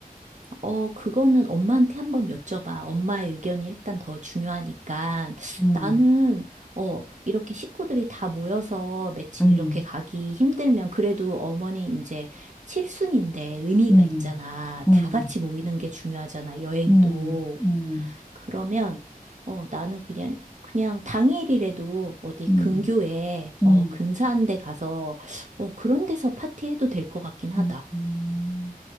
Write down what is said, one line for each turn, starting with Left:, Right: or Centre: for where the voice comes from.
Right: 어, 그거는 엄마한테 한번 여쭤봐. 엄마의 의견이 일단 더 중요하니까.
Centre: 음,
Right: 나는, 어, 이렇게 식구들이 다 모여서 며칠
Centre: 음,
Right: 이렇게 가기 힘들면 그래도 어머니 이제 칠순인데 의미가
Centre: 음.
Right: 있잖아.
Centre: 음.
Right: 다 같이 모이는 게 중요하잖아. 여행도.
Centre: 음, 음,
Right: 그러면, 어, 나는 그냥, 그냥 당일이라도 어디
Centre: 음,
Right: 근교에,
Centre: 음,
Right: 어, 근사한 데 가서, 어, 그런 데서 파티해도 될 것 같긴 하다.
Centre: 음, 음.